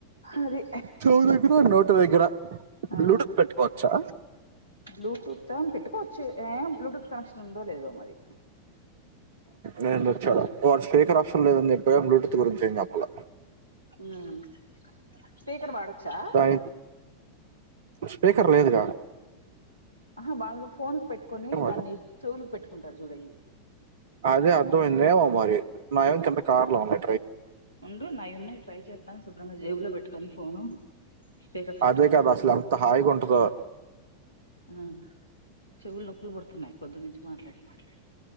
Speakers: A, on the left (about 85°); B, on the right (about 55°).
A: అది
B: చౌద ఎకుర నూట ఎగర
A: ఆ
B: లలుడుకు పెట్టుకోవచ్చా
A: బ్లూటూత్ పెట్టుకోవచ్చు ఏ బ్లూటూత్ కనెక్షన్ ఉందో లేదో మరి
B: నేందు వచ్చాడు ఒక వడు స్పీకర్ ఆప్షన్ లేదని చెప్పా బ్లూటూత్ గురించి ఏ చెప్పల
A: హ స్పీకర్ బడొచ్చా
B: దాని స్పీకర్ లేదుగా
A: ఆహా బా ఫోన్ క పెట్టుకొని
B: ఏమో
A: దాన్ని చెవులకి పెట్టుకుంటారు చూడయి
B: అదే అది నమ మారి నయంం చె కాార్లోన్నా
A: ఉండు నవి ఉన్నాయి్ ట్రై చేస్తాను సుబ్ర్ జేబులో పెట్టుకొని ఫోను స్పీకర్స్ పెట్టుకొని
B: అదే కాదా అసలు ఎంత హాయి కొంటదు
A: ఆ చెవులు నొప్పులు పుడుతున్నాయి పొద్దునుంచి మాట్లాడి మాట్లాడి